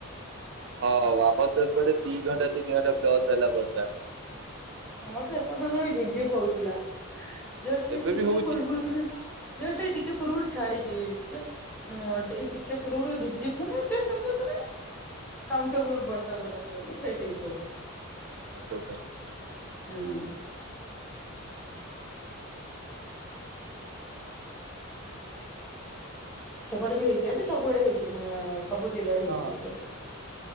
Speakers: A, on the right; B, in the centre.
A: ହଁ ଆମର ତ ଏପଟେ ଦି ଘଣ୍ଟା ତିନି ଘଣ୍ଟା ପ୍ଲସ ହେଲା ବର୍ଷା।
B: ଆମର ତ ଏପର୍ଯ୍ୟନ୍ତ ବି ଝିପ୍ ଝିପ୍ ହଉଥିଲା। ଜଷ୍ଟ
A: ଏବେ
B: ଏଇ ଟିକେ
A: ବି ହଉଛି
B: ପୂବ ରୁ ଜଷ୍ଟ ଏଇ ଟିକେ ପୂର୍ବରୁ ଛାଡିଚି। ଜଷ୍ଟ <unintelligible> ଏଇ ଟିକେ ପୂର୍ବରୁ ଝିପ୍ ଝିପ୍ ମାନେ ଜଷ୍ଟ <unintelligible> ମାନେ କାଉଣ୍ଟଟେବୁଲ୍ ବର୍ଷା ଯୋଉଟା କୁହନ୍ତି ସେଇ ଟାଇପ୍ ର।
A: ଆଚ୍ଛା ଆଚ୍ଛା।
B: ହଁ। ସେପଟେ ବି ହେଇଚି ହେଇଚି ସବୁଆଡେ ହେଇଚି। ହଁ ସବୁ ଜିଲ୍ଲାରେ
A: ହଁ
B: ହେଇଚି ବୋଧେ।